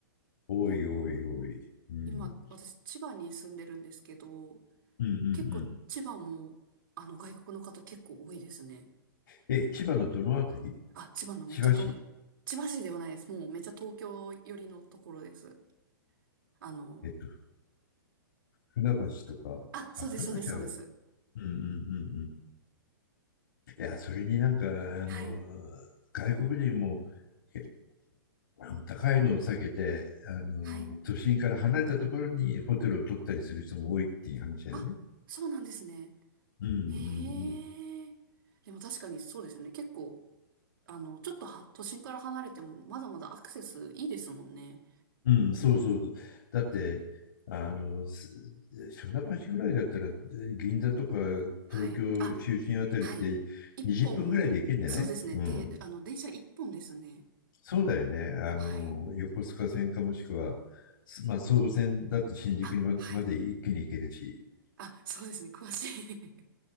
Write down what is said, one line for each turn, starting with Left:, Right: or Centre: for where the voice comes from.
Left: 多い、
Right: け
Left: 多い、多い。うん。
Right: 今、私、千葉に住んでるんですけど、
Left: うん、う
Right: 結構千葉も、
Left: ん、
Right: あの、外国の方結構多いですね。
Left: え、千葉のどのあたり
Right: あ、千葉のめっちゃ東、
Left: 千葉市。
Right: 千葉市ではないです。もうめっちゃ東京寄りのところです。あの、
Left: えっと、船橋とか。
Right: あ、そうです、
Left: あ、船橋は、
Right: そうです、そうです。
Left: うんうんうんうん。いや、それになんか、あの、
Right: はい。
Left: 外国人も、えあの高いのを避けて、あの、
Right: はい。
Left: 都心から離れたところにホテルを取ったりする人も多いっていう話だよね。
Right: あ、そうなんですね。
Left: うんう
Right: へえ。
Left: ん
Right: でも確かにそうですよね。結構、あの、ちょっとは都心から離れても、まだまだアクセスいいですもんね。
Left: うん、うんそうそう。だって、あの、す船橋ぐらいだったら、銀座とか
Right: はい。
Left: 東京中心あたりって20分ぐらいで行けんじゃないうん
Right: あ、はい。一本、そうですね。で、あの、電車一本ですね。
Left: そうだよね。あの、
Right: はい。
Left: 横須賀線かもしくは、すまあ、総武線だと新宿にま、
Right: あ、はい。
Left: まで一気に行けるし。
Right: あ、そうですね。詳しい。